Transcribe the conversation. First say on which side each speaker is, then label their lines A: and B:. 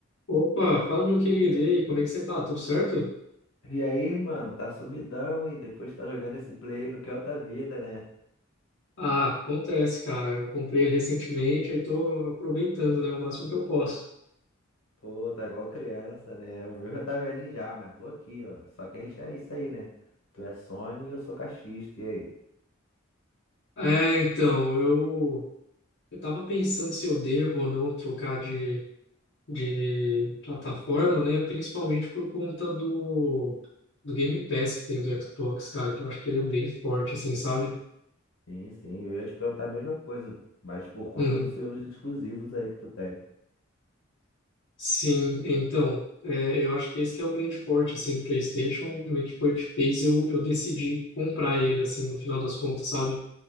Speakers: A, on the left; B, on the left.
A: Opa, fala meu querido, e aí, como é que você tá? Tudo certo?
B: E aí, mano, tá sumidão, hein? Depois tá jogando esse play no que é outra vida, né?
A: Ah, acontece, cara. Eu comprei ele recentemente, aí tô aproveitando, né, o máximo que eu posso.
B: Pô, tá igual criança, né? O meu já tá velhinho já, mas tô aqui, ó. Só que a gente é isso aí, né? Tu é Sony e eu sou caixista, e aí?
A: É, então, eu eu tava pensando se eu devo ou não trocar de, de plataforma, né, principalmente por conta do do Game Pass que tem do Xbox, cara, que eu acho que ele é bem forte assim, sabe?
B: Sim, sim, eu ia te perguntar a mesma coisa, mas por conta
A: Uhum.
B: dos seus exclusivos aí que tu tem.
A: Sim, então, é, eu acho que esse que é o grande forte, assim, do PlayStation, meio que foi o que fez eu, eu decidir comprar ele, assim, no final das contas, sabe?